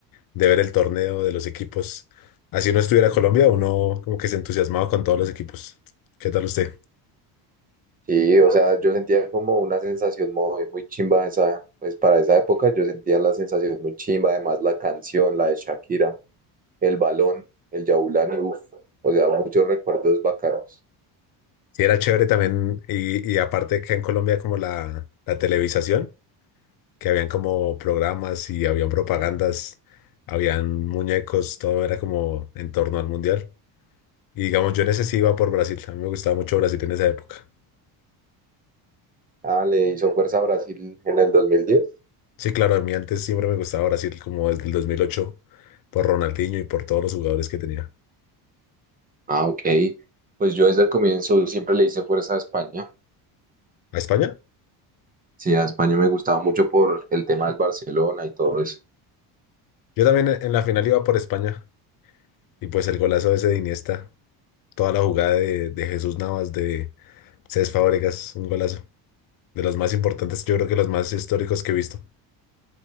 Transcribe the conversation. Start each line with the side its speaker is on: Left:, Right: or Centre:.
Left: de ver el torneo de los equipos. Así no estuviera Colombia, uno como que se entusiasmaba con todos los equipos. ¿Qué tal usted?
Right: Sí, o sea, yo sentía como una sensación muy, muy chimba esa, pues para esa época yo sentía la sensación muy chimba, además la canción, la de Shakira, el balón, el Yaulani, uff, o sea, muchos recuerdos bacanos.
Left: Sí, era chévere también y, y aparte que en Colombia como la, la televisación. que habían como programas y habían propagandas, habían muñecos, todo era como en torno al mundial. Y digamos, yo en ese sí iba por Brasil, a mí me gustaba mucho Brasil en esa época.
Right: Ah, le hizo fuerza a Brasil en el 2010.
Left: Sí, claro, a mí antes siempre me gustaba Brasil como desde el 2008 por Ronaldinho y por todos los jugadores que tenía.
Right: Ah, ok. Pues yo desde el comienzo siempre le hice fuerza a España.
Left: ¿A España?
Right: Sí, a España me gustaba mucho por el tema del Barcelona y todo eso.
Left: Yo también en en la final iba por España y pues el golazo ese de Iniesta, toda la jugada de, de Jesús Navas, de Cés Fábregas, un golazo. De los más importantes, yo creo que los más históricos que he visto.